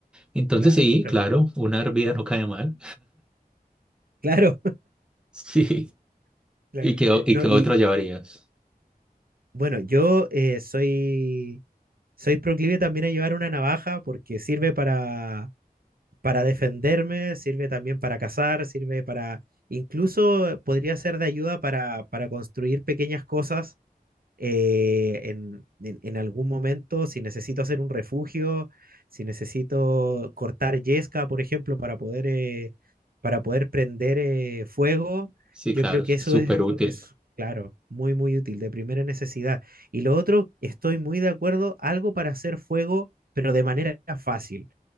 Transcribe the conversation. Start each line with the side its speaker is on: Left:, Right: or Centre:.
Centre: Entonces
Right: Claro,
Centre: sí, claro, una hervida no cae mal.
Right: claro,
Centre: <laughs> Sí.
Right: <laughs> claro.
Centre: ¿Y qué, o- y
Right: No,
Centre: qué
Right: y
Centre: otro llevarías?
Right: bueno, yo eh, soy, soy proclive también a llevar una navaja porque sirve para para defenderme, sirve también para cazar, sirve para, incluso podría ser de ayuda para, para construir pequeñas cosas eh, en, en- en algún momento, si necesito hacer un refugio, si necesito cortar yesca, por ejemplo, para poder, eh, para poder prender eh, fuego,
Centre: Sí,
Right: yo
Centre: claro,
Right: creo
Centre: es
Right: que eso
Centre: súper
Right: es,
Centre: útil.
Right: es, claro, muy, muy útil, de primera necesidad. Y lo otro, estoy muy de acuerdo, algo para hacer fuego, pero de manera fácil.